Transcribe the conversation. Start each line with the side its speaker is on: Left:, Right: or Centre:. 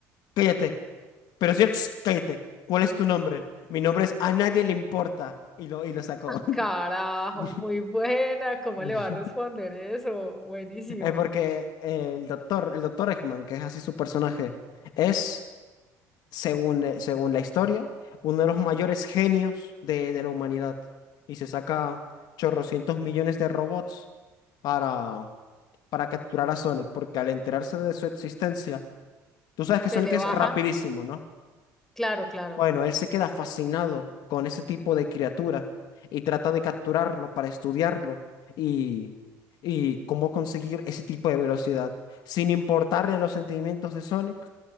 Left: cállate, pero si él, "Tss, cállate, ¿cuál es tu nombre? Mi nombre es A nadie le importa. Y lo, y lo sacó.
Centre: ah, carajo,
Left: <laughs>
Centre: muy buena, cómo
Left: <laughs>
Centre: le va a responder eso, buenísima.
Left: Es porque el doctor, el doctor Eggman, que es así su personaje, es... según, eh, según la historia, uno de los mayores genios de, de la humanidad. Y se saca chorrocientos millones de robots para, para capturar a Sonic, porque al enterarse de su existencia, tú sabes que
Centre: Se
Left: Sonic
Centre: le
Left: es
Centre: baja,
Left: rapidísimo, ¿no?
Centre: claro, claro.
Left: Bueno, él se queda fascinado con ese tipo de criatura y trata de capturarlo para estudiarlo y, y cómo conseguir ese tipo de velocidad, sin importarle los sentimientos de Sonic